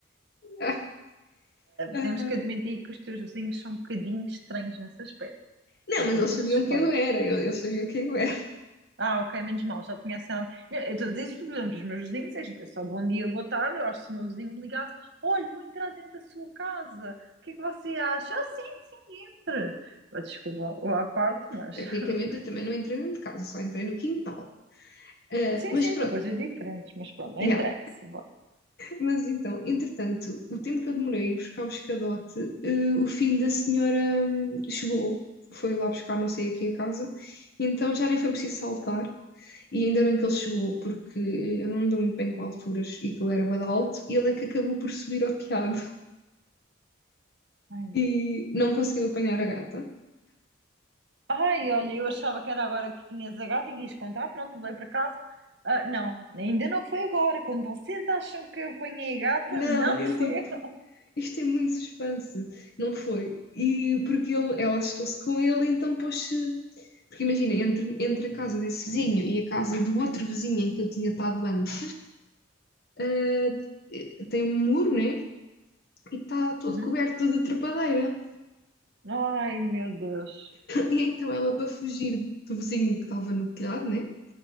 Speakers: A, on the left; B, on the right.
A: <laughs> Ah,
B: Temos que admitir que os teus vizinhos são um bocadinho estranhos nessas aspecto.
A: não,
B: Um bocadinho
A: mas eles sabiam
B: suspeito.
A: quem eu era, eu- eles sabiam quem eu era.
B: Ah, ok, menos mal, já tinha sido. Não, Eu estou a dizer isso, por exemplo, os meus vizinhos, é gente, é só bom dia, boa tarde. Eu acho que se o meu vizinho me ligasse, olha, vou entrar dentro da sua casa, o que é que você acha? Ah, sim, sim, entre. Ah, Desculpa o à parte, mas.
A: Tecnicamente,
B: <laughs>
A: eu também não entrei dentro de casa, só entrei no quintal. Ah,
B: Sim,
A: mas
B: sim,
A: pronto,
B: são coisas diferentes, mas pronto, não
A: yeah.
B: interessa. vá.
A: Mas então, entretanto, o tempo que eu demorei a ir buscar o escadote, eh, o filho da senhora hum, chegou, foi lá buscar não sei aqui a casa, e então já nem foi preciso saltar, e ainda bem que ele chegou, porque eu não me dou muito bem com alturas e que ele era bada alto, e ele é que acabou por subir ao telhado
B: Ai,
A: e não conseguiu apanhar a gata.
B: Ai, olha, eu achava que era agora que tinhas a gata e quis contar, pronto, levei para casa. Ah, não, ainda não foi agora. Quando vocês acham que eu apanhei a gata,
A: Não,
B: não
A: é
B: <laughs> foi
A: tipo,
B: agora.
A: isto tem muito suspense. Não foi. E porque ele, ela assustou-se com ele, então pôs-se. Porque imagina, entre, entre a casa desse vizinho e a casa do outro vizinho em que eu tinha estado antes, ah, tem um muro, né? E está todo
B: Uhum.
A: coberto de trepadeira.
B: Ai, meu Deus.
A: E então ela, para fugir do vizinho que estava no telhado, né?